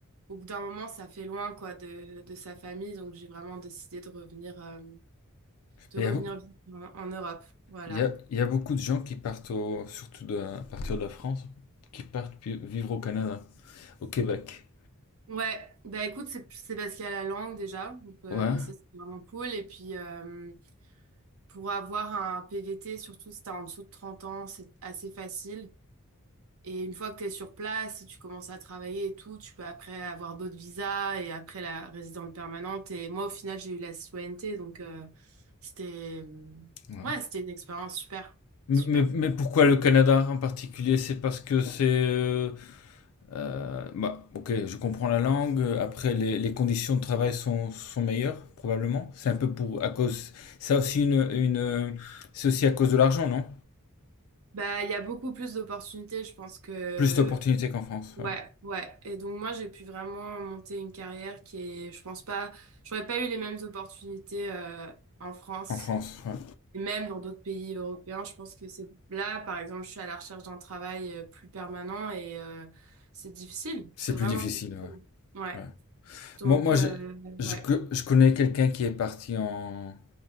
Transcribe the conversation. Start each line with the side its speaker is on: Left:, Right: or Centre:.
Right: au bout d'un moment, ça fait loin, quoi, de, de sa famille. Donc, j'ai vraiment décidé de revenir, euh, de
Left: Mais
Right: revenir
Left: il y a beaucoup,
Right: vivre en, en Europe. Voilà.
Left: il y a- il y a beaucoup de gens qui partent, au- surtout de, à partir de la France, qui partent pi- vivre au Canada, au Québec.
Right: Ouais, bah écoute, c'est c'est parce qu'il y a la langue déjà. Donc, euh,
Left: Ouais.
Right: ça, c'est vraiment cool. Et puis, euh, Pour avoir un PVT, surtout si t'es en dessous de 30 ans, c'est assez facile. Et une fois que t'es sur place, si tu commences à travailler et tout, tu peux après avoir d'autres visas et après la résidence permanente. Et moi, au final, j'ai eu la citoyenneté, donc euh, c'était
Left: ouais.
Right: ouais, c'était une expérience super,
Left: Mais,
Right: super.
Left: mais- mais pourquoi le Canada en particulier? C'est parce que c'est euh, Euh, bah, ok, je comprends la langue. Après, les, les conditions de travail sont, sont meilleures, probablement. C'est un peu pour, à cause, C'est aussi une, une, euh, c'est aussi à cause de l'argent, non?
Right: Bah, il y a beaucoup plus d'opportunités, je pense que
Left: Plus d'opportunités qu'en France,
Right: ouais,
Left: ouais.
Right: ouais. Et donc moi, j'ai pu vraiment monter une carrière qui est, je pense pas, j'aurais pas eu les mêmes opportunités euh, en France.
Left: En France, ouais.
Right: Et même dans d'autres pays européens, je pense que c'est là, par exemple, je suis à la recherche d'un travail euh, plus permanent et euh, c'est difficile.
Left: C'est
Right: C'est vraiment
Left: plus difficile,
Right: difficile.
Left: ouais.
Right: Ouais.
Left: Ouais.
Right: Donc,
Left: Moi, moi,
Right: euh,
Left: je, je,
Right: ouais.
Left: co- je connais quelqu'un qui est parti en,